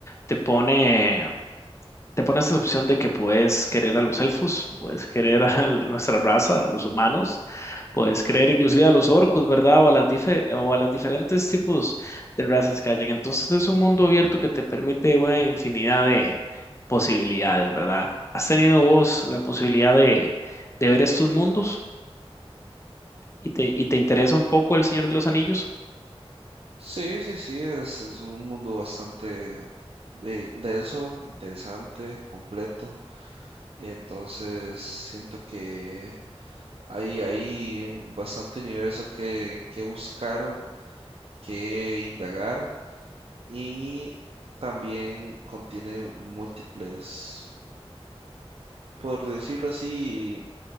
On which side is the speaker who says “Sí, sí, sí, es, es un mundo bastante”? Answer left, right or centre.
Right